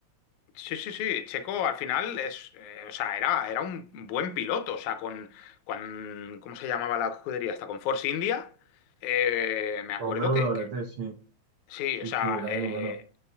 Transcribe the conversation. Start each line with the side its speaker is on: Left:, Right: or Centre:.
Left: Sí, sí, sí. Checo al final es, eh, o sea, era, era un buen piloto. O sea, con, con, ¿cómo se llamaba la escudería? Hasta con Force India. eh, me acuerdo
Right: con B W
Left: que, que
Right: T sí,
Left: Sí,
Right: sí,
Left: o sea,
Right: sí, era
Left: eh,
Right: muy bueno.